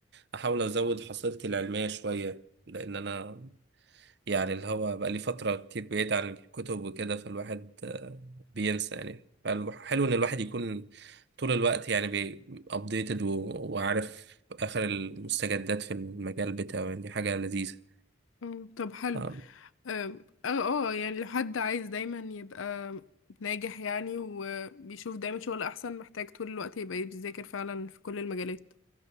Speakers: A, on the right; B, on the left.
A: أحاول أزود حصيلتي العلمية شوية لأن أنا يعني اللي هو بقى لي فترة كتير بعيد عن الكتب وكده فالواحد آه، بينسى يعني فحلو إن الواحد يكون طول الوقت يعني أبديتد وعارف آخر المستجدات في المجال بتاعه يعني دي حاجة لذيذة
B: أم، طب حلو
A: آم،
B: أم، اه اه يعني لو حد عايز دايما يبقى ناجح يعني وبيشوف دايما شغل احسن محتاج طول الوقت يبقى بيذاكر فعلا في كل المجالات